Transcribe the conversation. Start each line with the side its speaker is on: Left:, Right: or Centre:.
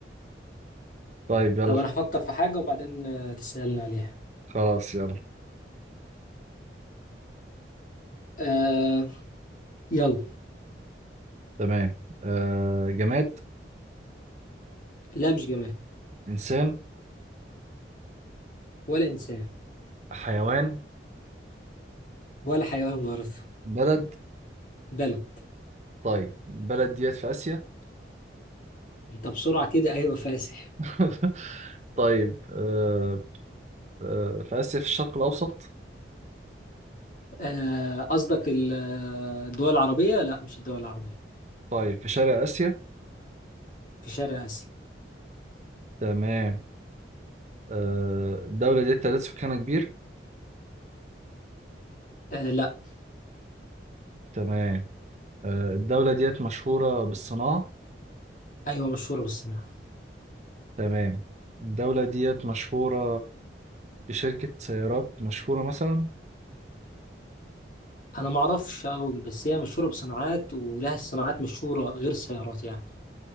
Right: طيب يلا
Left: طب أنا هفكر في حاجة وبعدين آه، تسألني عليها
Right: خلاص يلا
Left: آه يلا
Right: تمام آه جماد
Left: لا مش جماد
Right: إنسان
Left: ولا إنسان
Right: حيوان
Left: ولا حيوان برضه
Right: بلد
Left: بلد
Right: طيب بلد ديت في آسيا
Left: أنت بسرعة كده أيوة فاسح
Right: <laughs> طيب آه آه في آسيا في الشرق الأوسط
Left: آه، قصدك ال- الدول العربية؟ لا مش الدول العربية
Right: طيب في شرق آسيا
Left: في شرق آسيا
Right: تمام آه، الدولة ديت تعداد سكانها كبير
Left: آه، لا
Right: تمام آه، الدولة ديت مشهورة بالصناعة
Left: أيوة مشهورة بالصناعة
Right: تمام الدولة ديت مشهورة بشركة سيارات مشهورة مثلا
Left: أنا معرفش أوي بس هي مشهورة بصناعات ولها صناعات مشهورة غير السيارات يعني